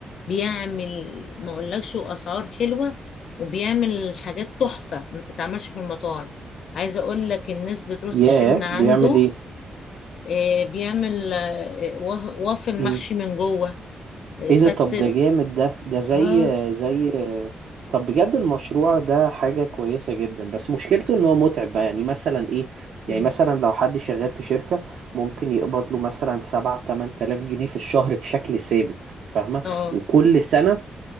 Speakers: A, on the left; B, on the right.
A: بيعمل ما اقولكش واسعار حلوه وبيعمل حاجات تحفه ما تتعملش في المطاعم عايزه اقول لك الناس بتروح
B: ياه
A: تشتري من عنده
B: بيعمل ايه
A: آه، بيعمل آه، آه، وافل
B: إمم.
A: محشي من جوه آه،
B: ايه
A: فتة
B: ده طب ده جامد ده ده زي
A: اه
B: زي طب بجد المشروع ده حاجة كويسة جدا بس مشكلته ان هو متعب بقى يعني مثلا ايه
A: مم.
B: يعني مثلا لو حد شغال في شركة ممكن يقبض له مثلا سبعة تمن تلاف جنيه في الشهر بشكل ثابت فاهمة
A: اه
B: وكل سنة